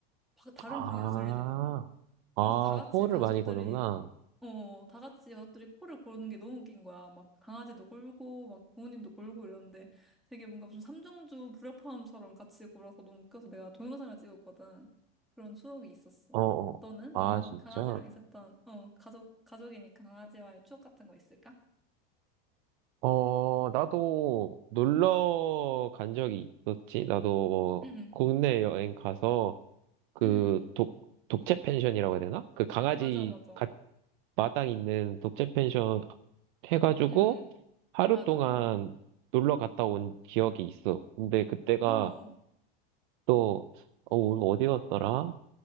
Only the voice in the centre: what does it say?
바- 다른
방에서 들릴 정도로.
그래서 다 같이
가족들이
어, 다 같이 가족들이 코를 고르는 게 너무 웃긴 거야. 막 강아지도 골고, 막 부모님도 골고 이러는데 되게 뭔가 무슨 삼중주 불협화음처럼 같이 골아서 너무 웃겨서 내가 동영상을 찍었거든. 그런 추억이 있었어.
너는?
너는
강아지랑 있었던, 어, 가족, 가족이니까 강아지와의 추억 같은 거 있을까?
응, 응,
응.
맞아, 맞아.
응, 응,
맞아.
어.